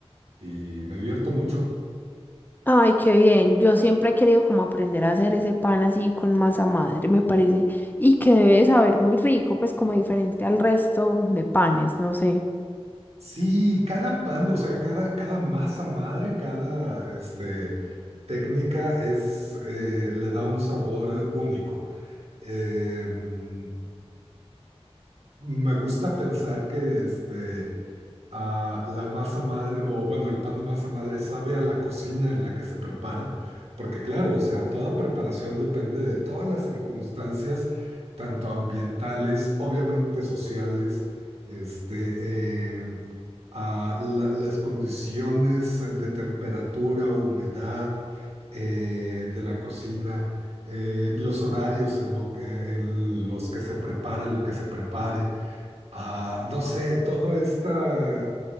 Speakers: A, on the right (about 75°); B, on the left (about 20°).
A: Y me divierto mucho.
B: Ay, qué bien. Yo siempre he querido como aprender a hacer ese pan así con masa madre, me parece. Y que debe de saber muy rico, pues como diferente al resto de panes, no sé.
A: Sí, cada pan, o sea, cada, cada masa madre, cada este, técnica es, eh, le da un sabor único. Eh, mm, me gusta pensar que este, a la masa madre, o bueno, el pan de masa madre sabe a la cocina en la que se prepara, porque claro, o sea, toda preparación depende de todas las circunstancias, tanto ambientales, obviamente sociales, este, eh, a la- las condiciones de temperatura, humedad eh, de la cocina. eh, los horarios en, lo- eh, en los que se prepara, lo que se prepare, Ah, no sé, toda esta